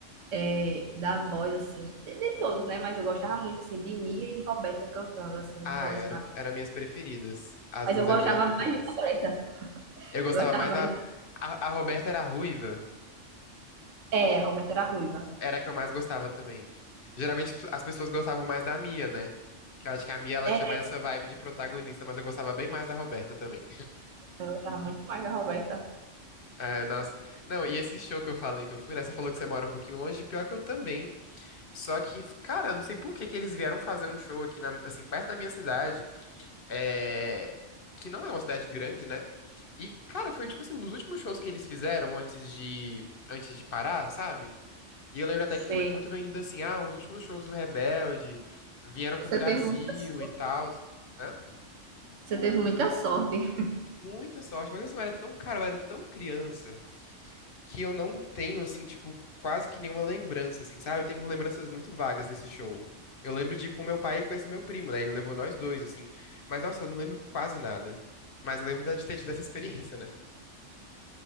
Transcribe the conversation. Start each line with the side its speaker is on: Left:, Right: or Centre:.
Right: é, da voz, assim, de, de todos, né? Mas eu gostava muito, assim, de Mia e de Roberta cantando, assim,
Left: Ai,
Right: vozes
Left: era,
Right: mais.
Left: era minhas preferidas. As
Right: Mas
Left: duas
Right: eu gostava
Left: eram minhas preferidas.
Right: mais de Roberta.
Left: Eu gostava
Right: Eu gostava
Left: mais
Right: mais
Left: da. A, a Roberta era ruiva.
Right: É, a Roberta era ruiva.
Left: Era a que eu mais gostava também. Geralmente as pessoas gostavam mais da Mia, né? Que eu acho que a Mia ela
Right: É,
Left: tinha mais essa vibe de protagonista, mas eu gostava bem mais da Roberta também.
Right: eu gostava muito mais da Roberta.
Left: Ah, nossa. Não, e esse show que eu falei que eu fui, né? Você falou que você mora um pouquinho longe, pior que eu também. Só que, cara, eu não sei por que que eles vieram fazer um show aqui, na- assim, perto da minha cidade, é, que não é uma cidade grande, né? E, cara, foi tipo assim, um dos últimos shows que eles fizeram antes de, antes de parar, sabe? E eu lembro até
Right: Sei.
Left: que foi muito vendido assim, ah, os últimos shows do Rebelde vieram
Right: Você
Left: pro Brasil
Right: teve muita sorte.
Left: e tal. Hã?
Right: Você teve muita sorte.
Left: Muita sorte, mas assim, eu era tão, cara, eu era tão criança que eu não tenho, assim, tipo, quase que nenhuma lembrança, assim, sabe? Eu tenho lembranças muito vagas desse show. Eu lembro de ir com meu pai e com esse meu primo, né? Ele levou nós dois, assim. Mas, nossa, eu não lembro quase nada. Mas lembro da- de ter tido essa experiência, né?